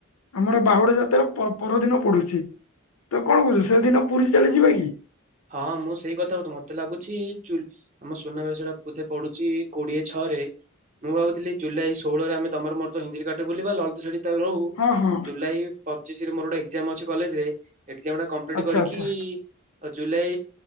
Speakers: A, on the left; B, on the right.
A: ଆମର ବାହୁଡା ଯାତ୍ରା ପ-ପରଦିନ ପଡୁ ଛି ତ କଣ କହୁଛୁ ସେଦିନ ପୁରୀ ଚାଲି ଯିବା କି?
B: ହଁ ମୁଁ ସେଇ କଥା କହୁଥିଲି। ମତେ ଲାଗୁଛି ଚୁଲ୍ ଆମ ସୁନାବେଶ ଟା ବୋଧେ ପଡ଼ୁଛି କୋଡ଼ିଏ ଛଅରେ ମୁଁ ଭାବୁଥିଲି ଜୁଲାଇ ଷୋହଳରେ ଆମେ ତମର ମୋର ତ ହିଞ୍ଜିଲି କାଠରେ ବୁଲିବା ଲଲେତ ସେଠି ତ ରହୁ
A: ହଁ ହଁ
B: ଜୁଲାଇ ପଚିଶରେ ମୋର ଗୋଟେ ଏଗଜାମ୍ ଅଛି କଲେଜ ରେ ଏଗଜାମ୍ ଟା କମ୍ପଲିଟ୍
A: ଆଚ୍ଛା
B: କରିକି
A: ଆଚ୍ଛା
B: କି ଓ ଜୁଲାଇ